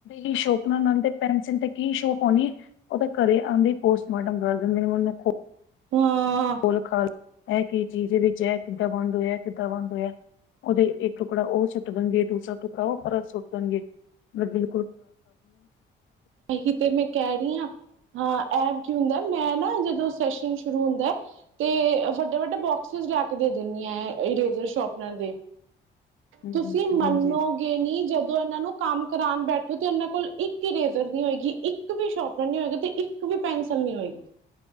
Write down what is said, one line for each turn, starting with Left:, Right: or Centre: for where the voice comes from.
Left: ਕੀ ਸ਼ੋਪਨਰ ਨਾਲ ਤੇ ਪੈਨਸਿਲ ਤੇ ਕੀ ਸ਼ੋਪ ਹੋਨੀ, ਓ ਤਾ ਘਰੇ ਆਂਦੇਈ ਪੋਸਟਮਾਰਟਮ ਕਰ ਦਿੰਦੇ ਨੇ, ਮੈਨੂੰ ਖੋ
Right: ਹਾਂ
Left: ਲ ਖਾਲ ਏ ਕੀ ਚੀਜ ਵਿੱਚ, ਐ ਕਿਦਾ ਬੰਦ ਹੋਏਆ, ਕਿੱਦਾਂ ਬੰਦ ਹੋਏਆ ਓਦੇ ਇੱਕ ਟੁਕੜਾ ਓ ਸੁੱਟ ਦੇਨਗੇ, ਦੂਸਰਾ ਟੁਕੜਾ ਓ ਪਰਾ ਸੁੱਟ ਦੇਨਗੇ ਲੱਗੇ
Right: ਏਹੀ ਤੇ ਮੇ ਕੈ ਰਈ ਆਂ, ਹਾਂ ਐ ਕੀ ਹੁੰਦਾ ਮੈਂ ਨਾ ਜਦੋਂ ਸੈਸ਼ਨ ਸ਼ੁਰੂ ਹੁੰਦੈ, ਤੇ ਵੱਡੇ ਵੱਡੇ ਬੋਕਸੇਸ ਲਾ ਕੇ ਦੇ ਦਿੰਨੀ ਆਂ ਐ ਇਰੇਜ਼ਰ ਸ਼ੋਪਨਰ ਦੇ
Left: ਹਮ
Right: ਤੁਸੀ ਮੰਨੋਗੇ
Left: ਹਮ ਹਾਂਜੀ
Right: ਨੀ, ਜਦੋ ਏਨਾਂ ਨੂੰ ਕੰਮ ਕਰਾਨ ਬੈਠ ਤੇ ਏਨਾਂ ਕੋਲ ਇੱਕ ਵੀ ਇਰੇਜ਼ਰ ਨੀ ਹੋਏਗੀ, ਇੱਕ ਵੀ ਸ਼ੋਪਨਰ ਨੀ ਹੋਏਗਾ, ਤੇ ਇੱਕ ਵੀ ਪੈਨਸਲ ਨਈ ਹੋਏਗੀ।